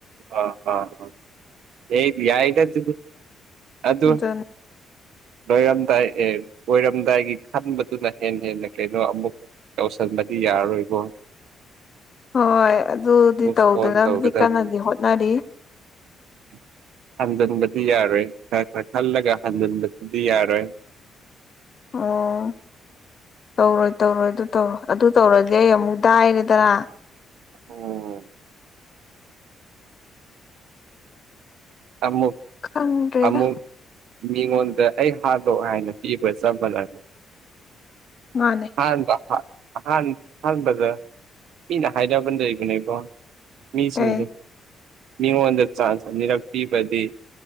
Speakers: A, on the right; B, on the left.
A: ꯑ ꯑꯥ ꯌꯥꯏꯗ ꯑ ꯑꯗꯨ
B: ꯑꯗꯨꯅꯤ
A: ꯂꯣꯏꯔꯝꯗꯥꯏ ꯑꯦ ꯑꯣꯏꯔꯝꯗꯥꯏꯒꯤ ꯈꯟꯕꯗꯨꯅ ꯍꯦꯟꯅ ꯍꯦꯟꯅ ꯀꯩꯅꯣ ꯑꯃꯨꯛ ꯇꯧꯁꯟꯕꯗꯤ ꯌꯥꯔꯔꯣꯏꯀꯣ
B: ꯍꯣꯏ ꯑꯗꯨꯗꯤ
A: ꯃꯨꯚ
B: ꯇꯧꯗꯅꯕꯗꯤ
A: ꯑꯣꯟ ꯇꯧꯒꯗꯕꯅꯤ
B: ꯀꯟꯅꯗꯤ ꯍꯣꯠꯅꯔꯤ
A: <inaudible> ꯍꯟꯖꯤꯟꯕꯗꯤ ꯌꯥꯔꯣꯏ ꯈ ꯈ ꯈꯜꯂꯒ ꯍꯟꯖꯤꯟꯕꯗꯨꯗꯤ ꯌꯥꯔꯣꯏ
B: ꯑꯣ ꯇꯧꯔꯣꯏ ꯇꯧꯔꯣꯏ ꯑꯗꯨ ꯇꯧꯔꯣꯏ ꯑꯗꯨ ꯇꯧꯔꯗꯤꯦ ꯑꯩ ꯑꯃꯨꯛ ꯗꯥꯏꯔꯦꯗꯅ
A: ꯑꯣ ꯑꯃꯨꯛ
B: ꯈꯪꯗ꯭ꯔꯦꯗ
A: ꯑꯃꯨꯛ ꯃꯤꯉꯣꯟ ꯑꯩ ꯍꯥꯥꯟꯕꯣꯛ ꯍꯥꯏꯅ ꯄꯤꯕ ꯆꯝꯕꯅ ꯑꯗꯨ
B: ꯃꯥꯅꯦ
A: ꯑꯥꯟꯕ ꯑꯍꯥꯟ ꯑꯍꯥꯟꯕꯗ ꯀꯅ ꯍꯥꯏꯔꯕꯅ ꯂꯩꯕꯅꯦꯀꯣ ꯃꯤꯁꯤꯡꯁꯦ
B: ꯀꯩ
A: ꯃꯤꯉꯣꯟꯗ ꯆꯥꯟꯁ ꯑꯅꯤꯔꯛ ꯄꯤꯕꯗꯤ